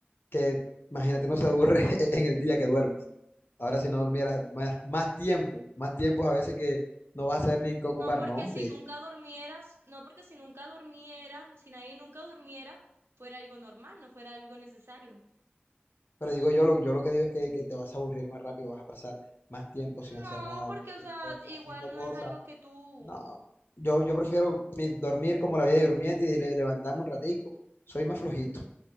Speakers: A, on the left; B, on the right.
A: que imagínate, uno se aburre <laughs> en el día que duermes. Ahora si no durmieras más, más tiempo, más tiempos a veces que no vas a saber ni en qué ocupar,
B: No, porque
A: no, hombre.
B: si nunca durmieras, no, porque si nunca durmiera, si nadie nunca durmiera, fuera algo normal, no fuera algo necesario.
A: Pero digo yo, lo, yo lo que digo es que, que te vas a aburrir más rápido, vas a pasar más tiempo sin hacer
B: No,
A: nada,
B: porque,
A: más
B: o
A: tiempo
B: sea, igual
A: haciendo cosas.
B: no es algo que tú,
A: No, yo, yo prefiero mi- dormir como la vida de durmiente y le, levantarme un ratico. Soy más flojito.